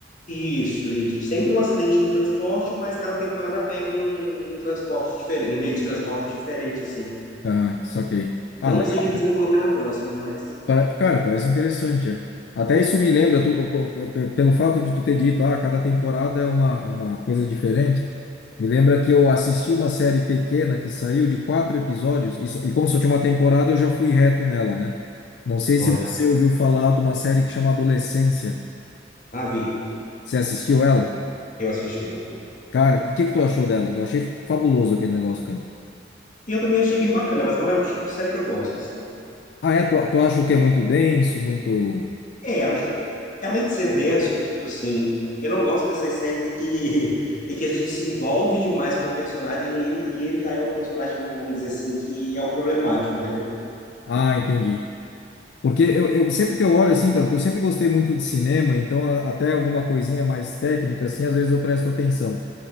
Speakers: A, on the left (about 45°); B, on the left (about 65°).
A: isso, isso. Sempre um acidente em transporte, mas cada temporada pega um, um transporte diferente, um meio de transporte diferente, assim.
B: Ah, saquei.
A: Não
B: Ah, legal.
A: sei o que eles vão colocar na próxima, mas.
B: Para- Cara, parece interessante. é. Até isso me lembra, tu- p- p- p- pelo fato de tu ter dito, ah, cada temporada é uma, é uma coisa diferente. Me lembra que eu assisti uma série pequena que saiu de quatro episódios, e, só- e como só tinha uma temporada, eu já fui reto nela, né? Não sei
A: Ó,
B: se
A: legal.
B: você ouviu falar de uma série que chama Adolescência.
A: Ah, vi.
B: Você assistiu ela?
A: Eu assisti.
B: Cara, o que, que tu achou dela? Eu achei fabuloso aquele negócio, cara.
A: E eu também achei bem bacana, mas não é o tipo de série que eu gosto, assim.
B: Ah, é? Tu, tu acha o que é muito denso, muito.
A: É, É, além de ser denso, tipo assim, eu não gosto dessas séries em que, <laughs> em que a gente se envolve demais com o personagem e ele, e ele já é o personagem, vamos dizer assim, que é o problemático, entendeu?
B: Ah, entendi. Porque eu, eu sempre que eu olho assim, cara, porque eu sempre gostei muito de cinema, então a- até alguma coisinha mais técnica, assim, às vezes eu presto atenção.